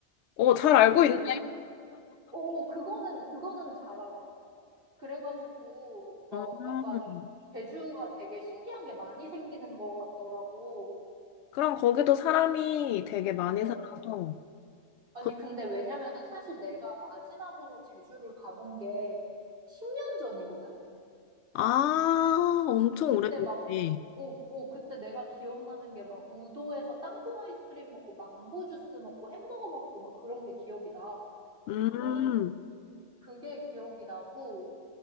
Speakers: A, on the left; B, on the right.
A: 어, 잘 알고
B: 제주,
A: 있네.
B: 오, 그거는, 그거는 잘 알아. 그래가지고, 막
A: 음.
B: 약간 제주가 되게 신기한 게 많이 생기는 것 같더라고.
A: 그럼 거기도 사람이 되게 많이
B: 어.
A: 살아서.
B: 아니,
A: 그-
B: 근데 왜냐면 사실 내가 마지막으로 제주를 가본 게 10년 전이거든?
A: 아, 엄청
B: 그때
A: 오래됐네.
B: 막, 오, 오, 그때 내가 기억나는 게 막 우도에서 땅콩 아이스크림 먹고 망고 주스 먹고 햄버거 먹고 막 그런 게 기억이 나.
A: 음,
B: 그런, 그게 기억이 나고,